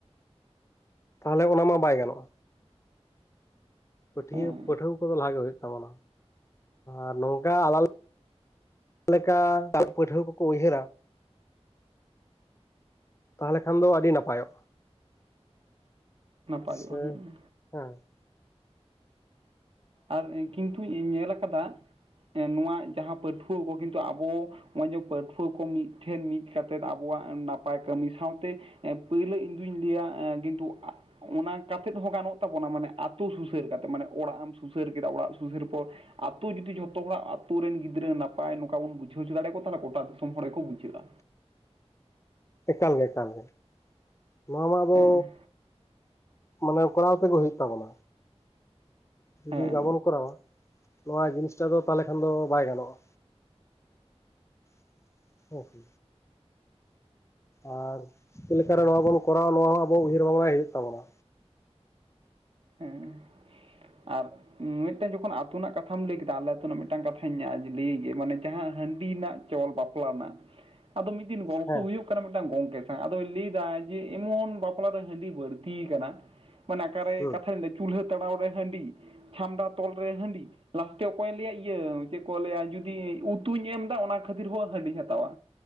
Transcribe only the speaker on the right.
ᱦᱮᱸ
ᱱᱟᱯᱟᱭᱚᱜᱼᱟ
ᱦᱮᱸ
ᱟᱨ ᱠᱤᱱᱛᱩ ᱧᱮᱞ ᱟᱠᱟᱫᱟ ᱱᱚᱶᱟ ᱡᱟᱦᱟᱸ ᱯᱟᱹᱴᱷᱩᱣᱟᱹ ᱠᱚ ᱠᱤᱱᱛᱩ ᱟᱵᱚ ᱱᱚᱜᱼᱚᱭ ᱡᱮ ᱯᱟᱹᱴᱷᱩᱣᱟᱹ ᱠᱚ ᱢᱤᱫ ᱴᱷᱮᱱ ᱢᱤᱫ ᱠᱟᱛᱮᱫ ᱟᱵᱚᱣᱟᱜ ᱱᱟᱯᱟᱭ ᱠᱟᱹᱢᱤ ᱥᱟᱶᱛᱮ ᱮᱸ ᱯᱳᱭᱞᱳ ᱤᱧᱫᱩᱧ ᱞᱟᱹᱭᱟ ᱮᱸ ᱠᱤᱱᱛᱩ ᱚᱱᱟ ᱠᱟᱛᱮᱫ ᱦᱚᱸ ᱜᱟᱱᱚᱜ ᱛᱟᱵᱚᱱᱟ ᱢᱟᱱᱮ ᱟᱛᱳ ᱥᱩᱥᱟᱹᱨ ᱠᱟᱛᱮᱫ ᱢᱟᱱᱮ ᱚᱲᱟᱜ ᱮᱢ ᱥᱩᱥᱟᱹᱨ ᱠᱮᱫᱟ ᱚᱲᱟᱜ ᱥᱩᱥᱟᱹᱨ ᱯᱚᱨ ᱟᱛᱳ ᱡᱩᱫᱤ ᱡᱷᱚᱛᱚ ᱦᱚᱲᱟᱜ ᱟ ᱟᱹᱛᱩᱳ ᱨᱮᱱ ᱜᱤᱫᱽᱨᱟᱹ ᱱᱟᱯᱟᱭ ᱱᱚᱝᱠᱟ ᱵᱚᱱ ᱵᱩᱡᱷᱟᱹᱣᱪᱚ ᱫᱟᱲᱮᱭᱠᱩᱣᱟ ᱛᱟᱦᱚᱞᱮ ᱜᱚᱴᱟ ᱫᱤᱥᱚᱢ ᱦᱚᱲ ᱜᱮᱠᱚ ᱵᱩᱡᱷᱟᱹᱜᱼᱟ
ᱦᱮᱸ
ᱦᱮᱸ
ᱦᱮᱸ ᱟᱨ ᱢᱤᱫ ᱴᱟᱝ ᱡᱚᱠᱷᱚᱱ ᱟᱛᱳ ᱨᱮᱱᱟᱜ ᱠᱟᱛᱷᱟᱢ ᱞᱟᱹᱭ ᱠᱮᱫᱟ ᱟᱞᱮ ᱟᱛᱳ ᱨᱮᱱᱟᱜ ᱢᱤᱫ ᱴᱟᱝ ᱠᱟᱛᱷᱟᱧ ᱞᱟᱹᱭ ᱜᱮ ᱢᱟᱱᱮ ᱡᱟᱦᱟᱸ ᱦᱟᱺᱰᱤ ᱱᱟᱜ ᱠᱮᱵᱚᱞ ᱵᱟᱯᱞᱟ ᱨᱮᱱᱟᱜ ᱟᱫᱚ ᱢᱤᱫ ᱫᱤᱱ ᱜᱚᱞᱯᱚ
ᱦᱩᱭᱩᱜ ᱠᱟᱱᱟ ᱢᱤᱫᱴᱟᱝ ᱜᱚᱝᱠᱮ ᱥᱟᱶ ᱟᱫᱚᱭ ᱞᱟᱹᱭᱫᱟ ᱡᱮ ᱮᱢᱚᱱ ᱵᱟᱯᱞᱟ ᱫᱚ ᱦᱟᱺᱰᱤ ᱵᱟᱹᱲᱛ ᱟᱠᱟᱱᱟ ᱢᱟᱱᱮ ᱚᱠᱟᱨᱮ
ᱠᱟᱛᱷᱟᱧ ᱞᱟᱹ ᱪᱩᱞᱦᱟᱹ ᱛᱟᱲᱟᱣ ᱨᱮ ᱦᱟᱺᱰᱤ ᱪᱷᱟᱢᱰᱟ ᱛᱚᱞ ᱨᱮ ᱦᱟᱺᱰᱤ ᱞᱟᱥᱴᱮ ᱚᱠᱚᱭᱮ ᱞᱟᱹᱭᱟ ᱤᱭᱟᱹ ᱪᱮᱫ ᱠᱚ ᱞᱟᱹᱭᱟ ᱡᱩᱫᱤ ᱩᱛᱩᱧ ᱮᱢᱫᱟ ᱚᱱᱟ ᱠᱷᱟᱹᱛᱤᱨ ᱦᱚᱸ ᱦᱟᱺᱰᱤᱧ ᱦᱟᱛᱟᱣᱟ